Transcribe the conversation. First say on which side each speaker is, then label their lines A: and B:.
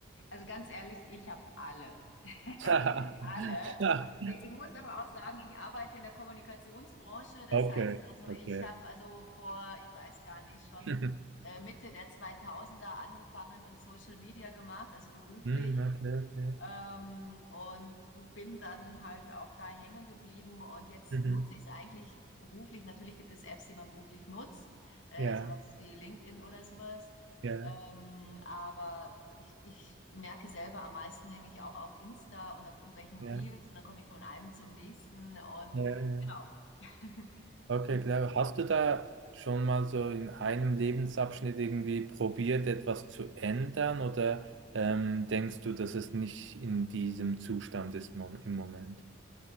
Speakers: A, on the left (about 75°); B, on the right (about 75°).
A: Also ganz ehrlich, ich habe alle. <laughs>
B: <laughs>
A: Ich habe alle. Äh, Ich muss aber auch sagen, ich arbeite in der Kommunikationsbranche. Das
B: Okay,
A: heißt, also
B: okay.
A: ich habe also vor, ich weiß gar nicht, schon
B: <laughs>
A: äh, Mitte der 2000er angefangen und Social Media gemacht, also beruflich.
B: Hm, okay, okay.
A: Ähm, und bin dann halt auch da hängen geblieben und jetzt
B: Mhm.
A: nutze ich es eigentlich beruflich. Natürlich gibt es Apps, die man beruflich nutzt, äh,
B: Ja,
A: sowas wie LinkedIn oder sowas.
B: ja,
A: Ähm, aber ich, ich merke selber, am meisten hänge ich auch auf Insta und auf irgendwelchen
B: ja.
A: Reels und dann komme ich von einem zum nächsten und
B: Ja, ja.
A: genau. <laughs>
B: Okay,
A: Und
B: klar. Hast du da schon mal so in einem Lebensabschnitt irgendwie probiert, etwas zu ändern oder ähm, denkst du, dass es nicht in diesem Zustand ist mom im Moment?